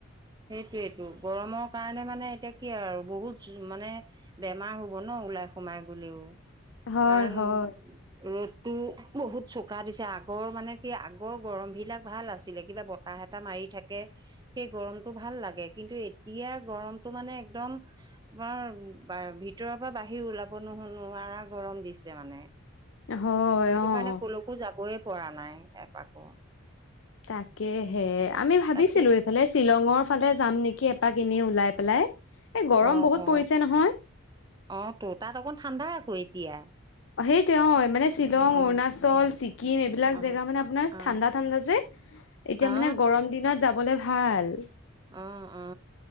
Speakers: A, on the right; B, on the left.
A: সেইটোৱেইটো গৰমৰ কাৰণে মানে এতিয়া কি আৰু বহুত জু মানে বেমাৰ হব ন ওলাই সোমাই গলেও,
B: হয়
A: কাৰণ
B: হয়
A: ৰ'দ টো বহুত চোকা দিছে আগৰ মানে কি আগৰ গৰম বিলাক ভাল আছিলে কিবা বতৰ তাহ এটা মাৰি থাকে সেই গৰম ভাল লাগে কিন্তু এতিয়া গৰমটো মানে একদম তোমাৰ ভিতৰৰ পৰা বাহিৰ ওলাব নুশুনো গৰম দিছে মানে।
B: হয়
A: সেইটো কাৰণে
B: অ
A: কলৈকো যাবই পৰা নাই এপাকো।
B: তাকে হে আমি ভাবিছিলো
A: তাকে
B: এইফালে শ্বিলঙৰ ফালে যাম নেকি এপাক এনেই ওলাই পেলাই এ গৰম
A: অ
B: বহুত
A: অ
B: পৰিছে নহয়।
A: অ তো তাত আকৌ ঠাণ্ডাই আকৌ এতিয়া।
B: সেইটো অ মানে শ্বিলং
A: অ
B: অৰুণাচল ছিকিম এইবিলাক
A: অ
B: জেগা মানে আপোনাৰ
A: অ
B: ঠাণ্ডা ঠাণ্ডা যে। এতিয়া
A: অ
B: মানে গৰম দিনত যাবলে ভাল।
A: অ অ।